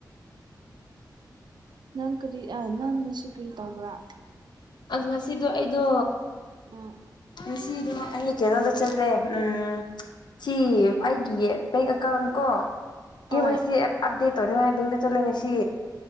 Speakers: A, on the right; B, on the left.
A: ꯅꯪ ꯀꯔꯤ ꯅꯪꯅ ꯁꯤ ꯀꯔꯤ ꯇꯧꯕ꯭ꯔꯥ
B: ꯑ ꯉꯁꯤꯗꯣ ꯑꯩꯗꯣ
A: ꯎꯝ
B: ꯉꯁꯤꯗꯣ ꯑꯩꯒꯤ ꯀꯩꯅꯣꯝꯗ ꯆꯠꯂꯦ ꯎꯝ ꯁꯤ ꯑꯩꯒꯤ ꯕꯦꯡ ꯑꯦꯀꯥꯎꯟ ꯀꯣ ꯀꯦ
A: ꯍꯣꯏ
B: ꯋꯥꯏ ꯁꯤ ꯑꯞꯗꯦꯠ ꯇꯧꯅꯤꯡꯉꯥꯏ ꯕꯦꯡꯗ ꯆꯠꯂ ꯉꯁꯤ